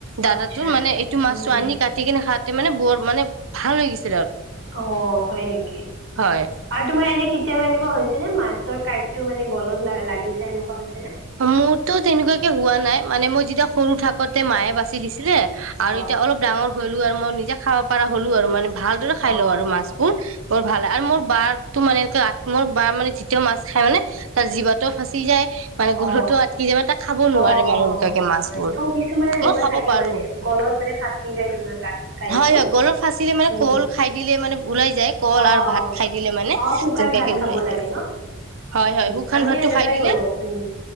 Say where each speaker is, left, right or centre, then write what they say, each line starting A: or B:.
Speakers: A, on the right (about 75°); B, on the right (about 60°).
A: দাদা
B: আচ্ছা
A: তোৰ মানে এইটো মাছটো
B: উম
A: আনি কাটি কিনে খা মানে বৰ মানে ভাল হৈ গিছে
B: অ', হয় নেকি আৰু
A: হয়
B: তোমাৰ এনে কি কেতিয়াবা এনেকুৱা হৈছে নে মাছৰ কাইটো মানে গলত ল লাগিছে এনেকুৱা হৈছে নে?
A: মোৰতো তেনেকুৱাকে হোৱা নাই মানে মই যেতিয়া সৰু থাকোতে মায়ে বাচি দিছিলে। আৰু
B: অ
A: এতিয়া অলপ ডাঙৰ হলো আৰু মই নিজে খাব পৰাাৰ হ'লো আৰু মানে ভালদৰে খাই
B: অ
A: লওঁ আৰু
B: অ
A: মাছবোৰ বৰ ভাল আৰু মোৰ বা তো মানে এনেক মোৰ বা মানে যেতিয়া মাছ খাই মানে তাৰ জীৱাতো ফাঁচি যায় মানে
B: অ
A: গৰুতো
B: অ
A: আটকি য মান তাক খাব নোৱাৰে
B: অ
A: মানুহ
B: অ
A: লোকাকে মাছ
B: হয়
A: বোৰ
B: নি অ কিছুমানে সেনেকুৱা
A: মই খাব
B: থাকে
A: পাৰো।
B: মানে গলত মানে ফাঁচি যায় তোমাৰ কাট কাঁইটটো
A: হয় হয় গলৰ ফাচিলে মানে
B: উম
A: কল খাই দিলে মানে ওলাই যায় কল
B: অ',
A: আৰু ভাত
B: অ',
A: খাই দিলে মানে
B: অ', শুকান
A: তেনেকুৱাকে
B: ভাত খাব
A: ওলাই
B: লাগে
A: যায়
B: ন।
A: হয়
B: উম,
A: হয় শুকান
B: আমি
A: ভাতটো
B: এনেকুৱাই
A: খাই দিলে
B: কৰো উম।